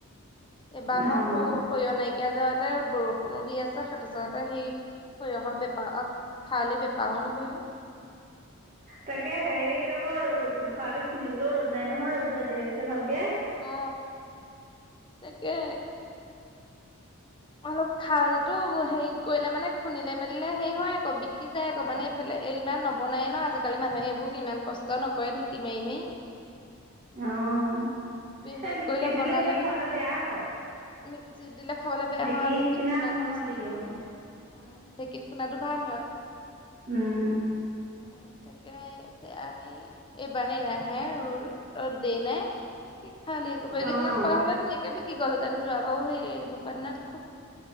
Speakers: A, on the left; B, on the right.
A: এইবাৰ
B: অ'।
A: মইৌ সৰিয় নাইকিয়া যাওঁতে বৰষুণো দি আছে সেইটো যাওঁতে সেই শয়হৰ বেপাৰ খালি বেপাৰো নকৰিলো
B: তাকে হেৰি ৰকৌ খি খুন্দিবলৈও ৰ'দ নাই নহয় ৰ'দটো আজি হেৰিছে ভালকে
A: অ তাকে অলপ খাল ো হেৰি কৰিলে মানে খুন্দিলে মেলিলে হেৰি হয় আকৌ বিকি যায় আকৌ মানে আফাল ইমান নবনায়েই ন আজিকালি মানুহে এইবোৰ ইমান কষ্ট নকৰে ঢঁকি মাৰি মাৰি
B: অ
A: বে হে
B: এই মিক্সিত
A: কৈল
B: দিলে
A: বনাল
B: হেৰি
A: বিকি
B: খাবলৈ
A: যায়
B: বেয়া হয়
A: মিক্সিত দিলে খাবলৈ বেয়া
B: ঢেঁকীৰ
A: হ ঢেঁকীত
B: নিচিনা
A: পুনাটোুনচিনে
B: নহয় কেতিয়াও মানে।
A: অ ঢেঁকীত শুনাটো ভাল হয়
B: উম
A: অ তাকে এইবাৰ আহে ৰ দ নাই কি খালে ব এইগেইদিনত
B: আহ
A: পাহকে কি গলহতেন যোৱাবাৰু সেই এনেকুৱা দিনাত খুব